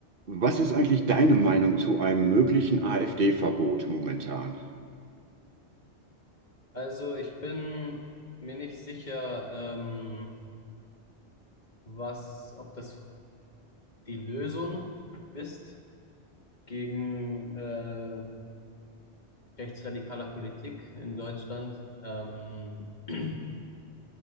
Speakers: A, on the right; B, on the left.
A: Was ist eigentlich deine Meinung zu einem möglichen AfD-Verbot momentan?
B: Also ich bin mir nicht sicher, ähm, was, ob das die Lösung ist gegen äh, rechtsradikale Politik in Deutschland. Ähm, <clears throat>